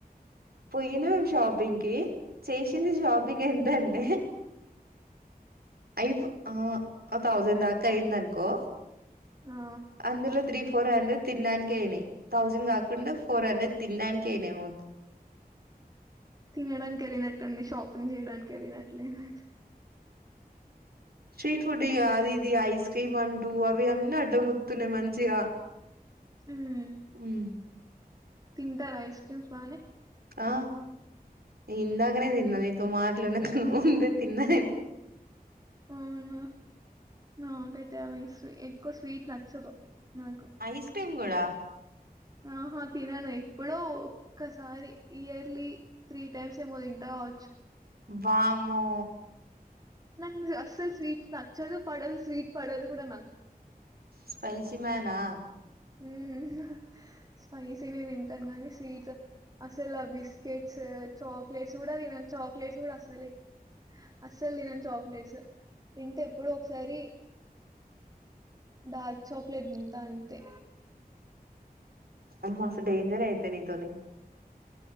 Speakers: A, on the right; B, on the right.
A: పోయినం షాపింగ్ కి చేసింది షాపింగ్ ఎంతంటే ఐపు ఆ ఆ థౌండ్ దాకా అయిందనుకో
B: ఆ!
A: అందులో త్రి ఫోర్ హండ్రెడ్ తినడానికె అయినాయి థౌజండ్ కాకుండా ఫోర్ హండ్రెడ్ తినడానికే అయినాయి మాకు
B: తినడానికి వెళ్ళినట్టుంది షాప్ ంగ్ చేయడానికి వెళ్లినట్ లేదండి <unintelligible>
A: స్ట్రీట్ ఫుడ్ ఇగ అది ఇది ఐస్ క్రీమ్ అంటూ అవి అన్నీ అడ్డంముత్తున్నాయి మంచిగా
B: హ్మ్.
A: హ్మ్
B: తింటారా ఐస్ క్రీమ్స్ బానే
A: ఆ నేన్ ఇందాకనే తిన్న నీతో మాట్లానకన ముందే తిన్నా నేను
B: అవునా నో అంటే తావ్ఐస్ ఎక్కువ స్వీట్ నచ్చదు నాకు
A: ఐస్ క్రీమ్ గూడ
B: ఆహా తినను ఎప్పుడో ఒక్కసారి ఇయర్లీ త్రీ టైమ్స్ ఏమో తింట కావచ్చు
A: వామ్మో
B: నంగ్ జాస్ సల్ స్వీట్స్ నచ్చదు పడల్ స్ స్వీట్ పడదు కూడా నాక్
A: స్పైసీ మేనా
B: హుమ్ స్పై తే నిన్ తింటాను గాని స్వీట్స్ అసలు ఆ బిస్కెట్స్ చాక్లెట్స్ కూడా తినను చాక్లెట్స్ కూడా అసలు అస్సలు తినను చాక్లెట్స్ ఇంటే ఎప్పుడో ఒకసారి డార్క్ చాక్లెట్ తాన్ తే
A: అమ్మా సత్ డేంజర్ అయితే నీతోని